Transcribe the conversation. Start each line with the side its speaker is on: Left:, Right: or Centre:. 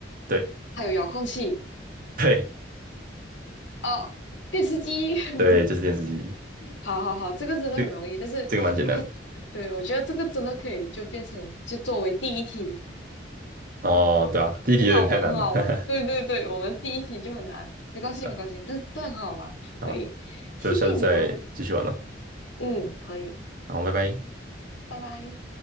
Right: 对
Left: 它有遥控器
Right: 对
Left: 哦，电视机。<laughs>
Right: 对，就是电视机。
Left: 好好好，这个真的很容易，
Right: 这个
Left: 但是但是对，
Right: 这个蛮简单的。
Left: 我觉得这个真的可以就变成就作为第一题，
Right: 哦，对啊，第一题有点太难了。
Left: 很好玩，很好玩。
Right: <laughs>
Left: 对对对，我们第一题就很难，没关系没关系，
Right: 对啊，
Left: 但但很好玩，
Right: 好啊，
Left: 可以，谢谢你哦。
Right: 就下次再继续玩喽。
Left: 嗯，可以，
Right: 后拜拜。
Left: 拜拜。